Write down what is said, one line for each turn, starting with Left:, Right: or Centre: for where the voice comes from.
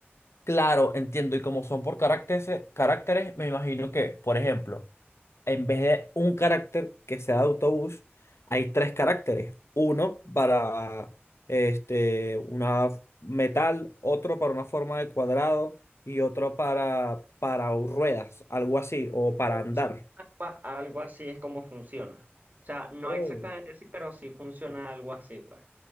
Left: claro, entiendo. Y como son por caracteres, caracteres, me imagino que, por ejemplo, en vez de un carácter que sea de autobús, hay tres caracteres. Uno para este, una f- metal, otro para una forma de cuadrado y otro para, para ruedas, algo así, o para
Right: Funciona
Left: andar.
Right: algo así es como funciona. O sea, no
Left: Oh.
Right: exactamente así, pero sí funciona algo así, pues.